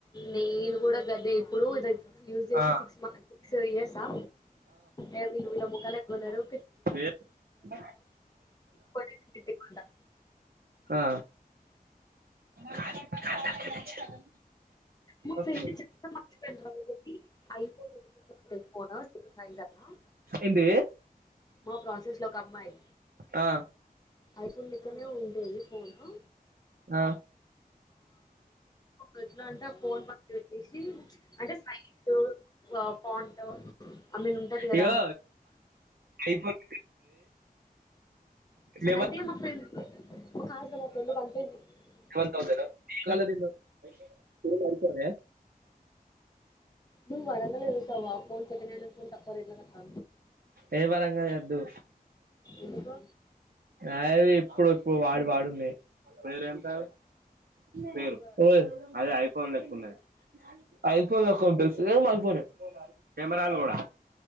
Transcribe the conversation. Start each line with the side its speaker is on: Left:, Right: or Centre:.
Left: నేను కూడ గదె ఇప్పుడూ జత్ యూస్ చేసి
Right: ఆ
Left: సిక్స్ మ సొ యస్సా ఏ వీళ్ళు వీళ్ళ మొఖాలు ఎట్లున్నయ్ రొ
Right: వే టు
Left: కొనుక్కుంటా
Right: ఆ కాల్ కాళ్తాంటె బజ్జీలు
Left: మా
Right: ఒకే
Left: ఫ్రెండ్ <inaudible>
Right: ఏందే
Left: మా ప్రాసెస్ లొ ఒక అమ్మాయ్
Right: ఆ
Left: ఐఫోన్ లెక్కనే ఉంటది ఫోనూ
Right: ఆ
Left: దొడ్లో అంటె ఫోన్ పక్ పెట్టెసీ అంటె సైటూ వా ఫాంటు ఆమెన్ ఉంటది కదా
Right: ఇగో ఐఫోన్ లెవెన్
Left: అయితే మా ఫ్రెండ్ ఒకాస కద ఫ్రెండ్ బంటె ఇ
Right: అంత వచ్చార రాలేదింగ ఎవరన్నఅడుగుతారన్యా
Left: నువ్ అడగలే చూసావా ఫోన్ చేతన్యాలు ఫోన్పక్కన పెట్టినాక
Right: ఏ పరంగ అదెద్దు
Left: ఎందుకో
Right: ఆవి ఇప్పుడొప్పొ వాడు వాడునన్నే మీరెంతా
Left: వాడు
Right: పేరు
Left: వాడు
Right: పేర్ అదె ఐఫోన్ లెక్కున్నది ఐపోన్ లెక్కుంటె సేమ్ ఐఫోనె కెమెరాలు కూడా